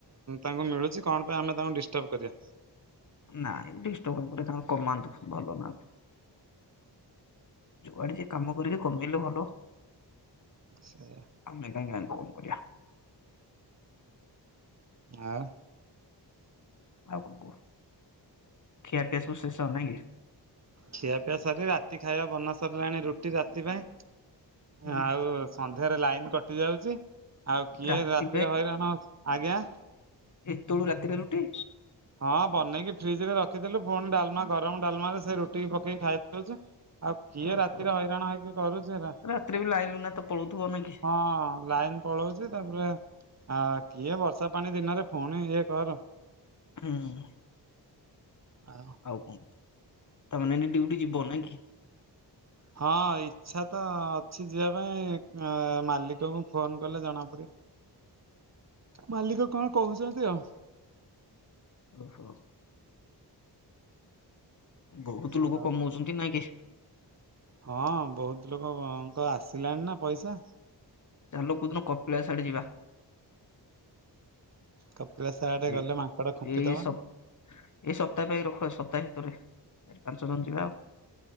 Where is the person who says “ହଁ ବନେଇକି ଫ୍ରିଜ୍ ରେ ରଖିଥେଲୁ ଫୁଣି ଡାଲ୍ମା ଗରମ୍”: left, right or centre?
Right